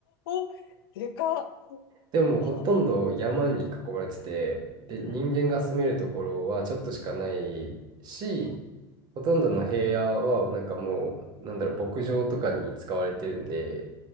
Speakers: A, on the left (about 90°); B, on the right (about 35°).
A: お、<laughs> でかっ。
B: でももうほとんど山に囲まれてて、
A: は
B: で、
A: うん。
B: 人間が住めるところはちょっとしかないし、
A: あ
B: ほとんどの平野はなんかもう、
A: うん、
B: なんだろう、牧場とかに使われてるんで、